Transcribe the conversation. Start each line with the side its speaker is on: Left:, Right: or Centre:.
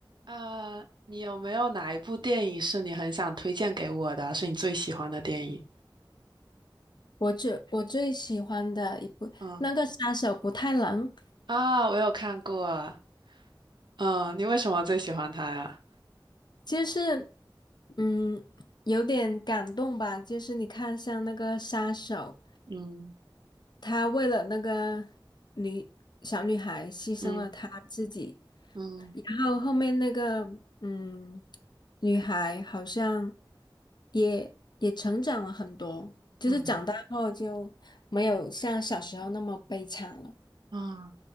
Right: 呃，你有没有哪一部电影是你很想推荐给我的，是你最喜欢的电影？
Left: 我最我最喜欢的一部那个杀手不太冷，
Right: 嗯啊，我有看过。嗯，你为什么最喜欢它呀？
Left: 就是嗯有点感动吧，就是你看像那个杀手，
Right: 嗯
Left: 他为了那个女小女孩牺牲了他自己，
Right: 嗯嗯
Left: 然后后面那个嗯女孩好像也也成长了很多，就是长大后就没有像小时候那么悲惨了。
Right: 嗯嗯，